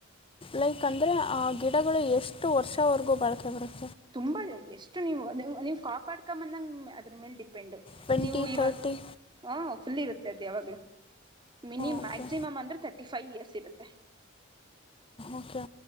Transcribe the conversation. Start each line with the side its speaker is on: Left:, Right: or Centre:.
Left: ಲೈಕ್ ಅಂದ್ರೆ ಆ್ ಗಿಡಗಳು ಎಷ್ಟು ವರ್ಷವರೆಗೂ ಬಳಕೆ ಬರುತ್ತೆ
Right: ತುಂಬಾ ಎಷ್ಟು ನೀವು ನೀವು ಕಾಪಾಡ್ಕ ಬಂದಾಗ ಅದ್ರ ಮೇಲೆ ಡಿ ಡಿಪೆಂಡು
Left: ಟ್ವೆಂಟಿ
Right: ನೀವು ಇವಾಗ
Left: ತರ್ಟಿ
Right: ಹ ಫುಲ್ ಇರುತ್ತೆ ಅದೆ ಯಾವಾಗ್ಲ ಮಿನಿ್
Left: ಓಕೆ
Right: ಮ್ಯಾಕ್ಸಿಮಮ್ ಅಂದ್ರೆ ತರ್ಟಿ ಫೈವ್ ಇಯರ್ಸ್ ಇರುತ್ತೆ
Left: ಓಕೆ ಓಕೆ